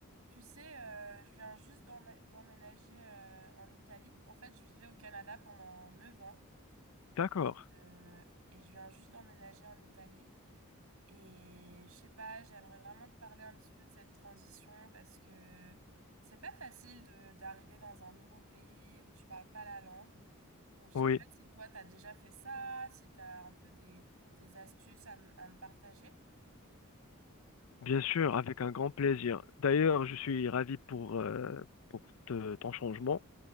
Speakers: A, on the right (about 75°); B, on the left (about 70°).
A: Tu sais, euh, je viens juste d'emmé- d'emménager euh, en Italie. En fait, je vivais au Canada pendant 9 ans
B: D'accord,
A: euh, et je viens juste d'emménager en Italie. Et je sais pas, j'aimerais vraiment te parler un petit peu de cette transition parce que c'est pas facile de d'arriver dans un nouveau pays où tu parles pas la langue. Donc, je
B: oui,
A: sais pas si toi, t'as déjà fait ça, si t'as un peu des, des astuces à, m- à me partager.
B: bien sûr, avec un grand plaisir. D'ailleurs, je suis ravi pour, euh, pour te- ton changement.